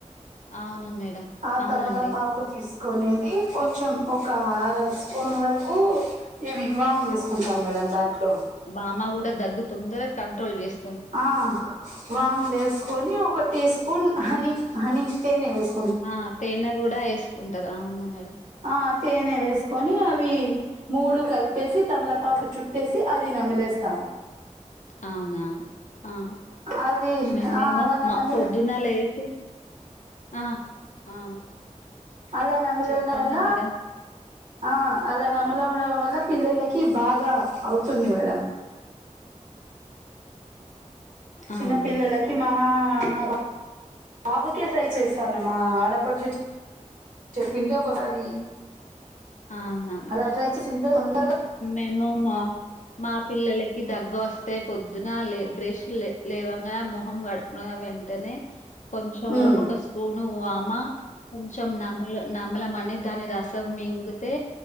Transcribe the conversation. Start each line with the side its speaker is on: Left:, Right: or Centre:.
Left: అవును మేడం
Right: ఆ
Left: అవునండి
Right: తమలా పాకు తీసు కొనేది కొంచెం ఒక అరస్పూన్ వరకు ఇ వాము వేసుకుంటాం ఉండడం దాంట్లో
Left: వామా కూడా దగ్గు తొందరగా కంట్రోల్ చేస్
Right: ఆ వామ్ వేసుకని ఒక టీ స్పూన్ హనీ హనీ తేనె వేసు
Left: ఆ తేనె కూడా వేసుకుంటారు అవును మే
Right: ఆ తేనె వేసుకొని అవి మూడు కల్ కలిపేసి తమల పాకు చుట్టేసి అది నమిలేేస్తాం
Left: అవునా ఆ
Right: అది
Left: మీము
Right: ఆ
Left: ఏమో
Right: అలా నమి
Left: మా పొద్దున్న లేసి ఆ ఆ
Right: అలా నమిలే
Left: చెప్పండి
Right: వాళ్ళ
Left: మేడం
Right: ఆ అలా నమలడం వల్ల పిల్లలకి బాగా అవుతుంది మేడం చిన్న
Left: అవును
Right: పిల్లలకి మా మా బాబుకే ట్రై చేశాను మా ఆడపడుచు చెప్పింటే ఒకసారి
Left: అవునా మేడం
Right: అలా ట్రై చేసింటే తొందరగా
Left: మేము మా మా పిల్లలకి దగ్గు వస్తే పొద్దున లే బ్రెష్ లేవంగానే మొహం కడుకున్న వెంటనే కొంచెం
Right: ఉమ్
Left: ఒక స్పూన్ వామ కొంచెం నామలమని దాని రసం మింగితే